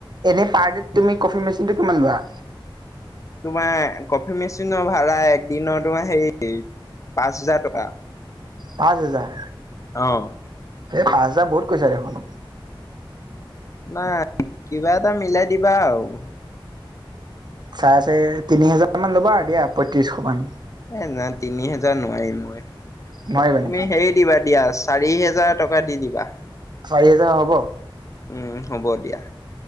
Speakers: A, on the right; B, on the left.
A: এনে পাৰ দে তুমি কফি মেচিনটো কিমান লোৱা
B: তোমাৰ কফি মেচিনৰ ভাড়া একদিনৰ তোমাৰ সেই পাঁচ হাজাৰ টকা।
A: পাঁচ হেজাৰ
B: অহ
A: এই পাঁচ হাজাৰ বহুত কৈছা দেখোন।
B: নাই কিবা এটা মিলাই দিবা আৰু।
A: চাৰে চাৰি তিনি হেজাৰ মান ল'বা আৰু দিয়া পয়ত্ৰিশ মান।
B: এ নাই তিনি হেজাৰ নোৱাৰিম মই,
A: নোৱাৰিবা
B: তুমি
A: নেকি
B: হেৰি দিবা দিয়া চাৰি হেজাৰ টকা দি দিবা।
A: চাৰি হেজাৰ হব
B: উম হ'ব দিয়া।